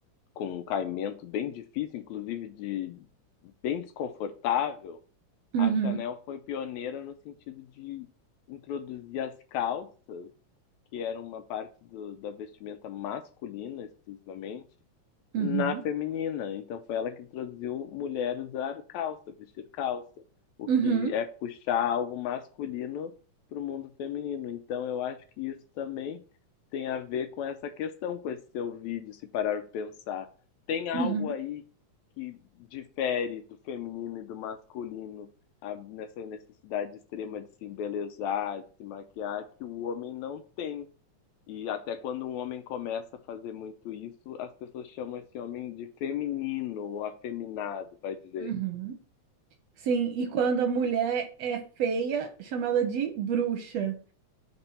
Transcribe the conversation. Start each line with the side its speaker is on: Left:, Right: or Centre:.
Left: com um caimento bem difícil, inclusive de bem desconfortável,
Right: Uhum.
Left: a Chanel foi pioneira no sentido de introduzir as calças que era uma parte do, da vestimenta masculina exclusivamente
Right: Uhum.
Left: na
Right: Uhum.
Left: feminina. Então foi ela que introduziu mulher usar calça, vestir calça, o
Right: Uhum.
Left: que é puxar algo masculino para o mundo feminino. Então eu acho que isso também tem a ver com essa questão, com esse seu vídeo, se parar para pensar. Tem algo
Right: Uhum.
Left: aí que difere do feminino e do masculino a- nessa necessidade extrema de se embelezar, de se maquiar, que o homem não tem. E até quando um homem começa a fazer muito isso, as pessoas chamam esse homem de feminino ou afeminado, vai dizer.
Right: Uhum. Sim, e quando a mulher é feia, chama ela de bruxa.